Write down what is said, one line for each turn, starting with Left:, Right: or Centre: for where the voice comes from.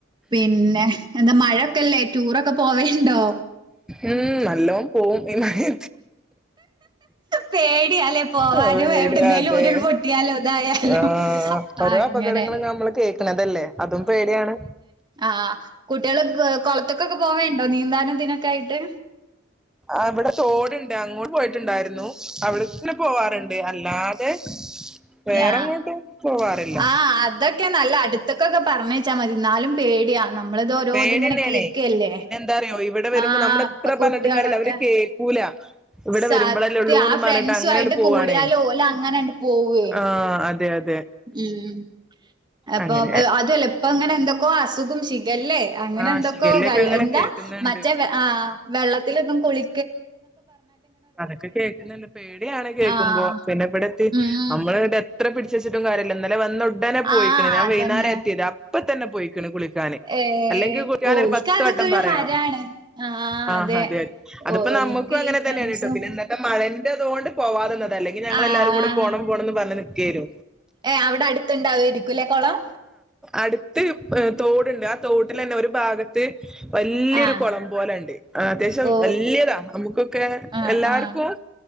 Right: പിന്നെ എന്താ മഴൊക്കല്ലേ ടൂറൊക്കെ പോവേണ്ടോ?
Centre: ഉം നല്ലോണം പോവും ഇന്നായി
Right: പേടിയാല്ലേ പോവാനും
Centre: അ
Right: എവിടുന്നേലും
Centre: ഇടുകതെ
Right: ഉരുൾപൊട്ടിയാലോ ഇതായാലോ
Centre: ആ ഓരോ
Right: അങ്ങനെ
Centre: അപകടങ്ങളും നമ്മൾ കേൾക്കണതല്ലേ അതും പേടിയാണ്
Right: ആഹ കുട്ട്യള് ക് കൊൾത്തക്കൊക്കെ പോവേണ്ടോ നീന്താനും തിനൊക്കെആയിട്ട്
Centre: ആ വടെ തോട്ണ്ട് അങ്ങോട്ട് പോയിട്ടുണ്ടായിര്ന്നു അവള് ന്നെ പോവാറുണ്ട് അല്ലാതെ വേറെങ്ങോട്ടും
Right: എആഹ്
Centre: പോവാറില്ല
Right: ആ അതൊക്കെ നല്ല അടു ത്തൊക്കൊക്കെ പറഞയ്ച്ചാ മതി ന്നാലും പേട്യാ നമ്മളിത് ഓരോ
Centre: പേടിന്നേണേ
Right: ത്ങ്ങനെ കേക്കല്ലേ
Centre: പിന്നെ എന്താ അറിയോ ഇവിടെ വരുമ്പോ
Right: ആഹ
Centre: നമ്മൾ എത്ര
Right: പ്പൊ കുട്ട്യാളൊക്കെ
Centre: പറഞ്ഞിട്ടും കാര്യല്ല അവര് കേക്കൂല ഇവിടെ
Right: സത്യ
Centre: വരുമ്പോഴല്ലേ ഉള്ളൂന്ന്
Right: ആ ഫ്രണ്ട്സുആയിട്ട്
Centre: പറഞ്ഞിട്ട് അങ്ങനെയണ്ട് പോവാണേ
Right: കൂട്യാല് ഓലങ്ങനണ്ട് പോവേ
Centre: ആഹ് അതെ അതെ
Right: ഉം അപ്പൊ
Centre: അങ്ങനെ
Right: അ അതുവല്ല ഇപ്പ ങ്ങനെ എന്തൊക്കോ അസുഖും ശി ഗല്ലേ അങ്ങനെന്തൊക്കോ
Centre: ആഹ് ശിഖല്ലൊക്കെ
Right: വെൾ
Centre: അങ്ങനെ
Right: എന്താ
Centre: കേൾക്കുന്നുണ്ട്
Right: മറ്റേ വെ ആ വെള്ളത്തിലൊന്നും കുളി
Centre: അതൊക്കെ കേക്ണണ്ട് പേട്യാണ് കേക്കുമ്പോ
Right: ആഹ്
Centre: പിന്നെ ബടെത്തി
Right: ഉം
Centre: നമ്മള്ങ്ങട് എ ത്ര പിടിച്ചച്ചിട്ടുകാര്യല്ല ന്നലെ വന്ന ടനെ പോയിക്ണ്
Right: ആഹ്
Centre: ഞൻ
Right: അതന്നെ
Centre: വൈന്നാര എത്ത്യത് അപ്പതന്നെ പോയിക്കണ് കുളിക്കാന്
Right: ഏ
Centre: അല്ലെങ്കിൽ കു ഞാനൊരു
Right: ഓൽക്ക്
Centre: പത്ത്
Right: അതൊക്കെ
Centre: വ ടം
Right: ഒരു
Centre: പറ്യണം
Right: ഹരാണ് ആഹ്
Centre: ആ
Right: അതെ
Centre: ഹതെ അത്
Right: ഓൽക്ക്
Centre: പ്പം നമുക്കു അങ്ങനെ
Right: ഈ
Centre: തന്നെയാണ്
Right: ഫ്രണ്ട്സും
Centre: ട്ടൊ പിന്നന്നത്തെ മഴൻന്റെതോണ്ട് പോവാതന്നത അല്ലെങ്കി ഞങ്ങളെല്ലാരുങ്കൂടെ
Right: ആഹ്
Centre: പോണം പോണം ന്ന് പറഞ്ഞഞ് നിക്ക്യേനി
Right: ഏ അവിടെ അടുത്തണ്ടാവര്ക്കു ലെ കൊളം
Centre: അട്ത്ത് അ് തോടുണ്ട് ആ തോട്ടിലെന്നെ ഒരു ഭാഗത്ത് വല്ല്യരു
Right: ആഹ്
Centre: കൊളം പോലെണ്ട് ആ അത്യാവശ്യം
Right: ഓ
Centre: വല്യതാ നമുക്കൊക്കെ
Right: ആഹ്
Centre: എല്ലാർക്കും
Right: ആഹ്